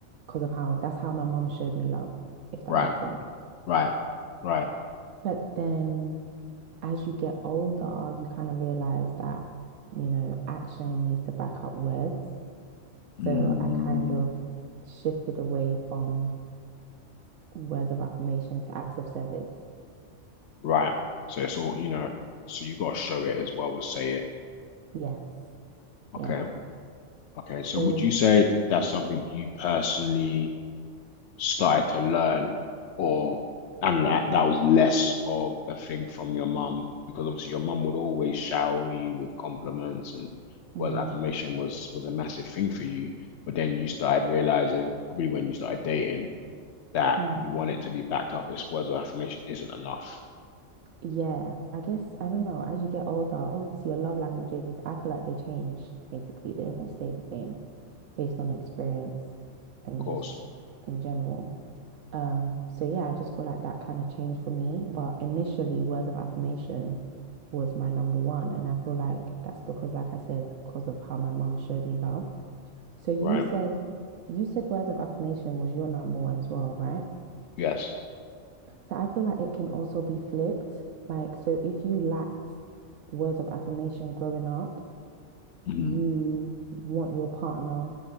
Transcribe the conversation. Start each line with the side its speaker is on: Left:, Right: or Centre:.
Right: because of how, that's how my mum showed me love, if that
Left: Right,
Right: makes sense.
Left: right, right.
Right: But then as you get older, you kind of realize that, you know, action needs to back up words.
Left: Hmm.
Right: So I kind of shifted away from words of affirmation to acts of service.
Left: Right. So it's all, you know, so you got to show it as well as say it.
Right: Yes,
Left: Okay.
Right: yes.
Left: Okay,
Right: So
Left: so would you say that's something you personally started to learn or and that, that was less of a thing from your mum because obviously your mum would always shower you with compliments and
Right: mhm,
Left: word of affirmation was was a massive thing for you, but then you started realizing probably when you started dating that
Right: mm
Left: you want it to be backed up. This words of affirmation isn't enough.
Right: yeah, I guess I don't know. As you get older, obviously your love languages, I feel like they change basically. They don't stay the same based on experience and
Left: Of course.
Right: just in general. Um, so yeah, I just feel like that kind of changed for me. But initially, words of affirmation was my number one. And I feel like that's because, like I said, because of how my mom showed me love. So you
Left: Right.
Right: said you said words of affirmation was your number one as well, right?
Left: Yes.
Right: So I feel like it can also be flipped. Like, so if you lacked words of affirmation growing up,
Left: Mhm.
Right: you want your partner,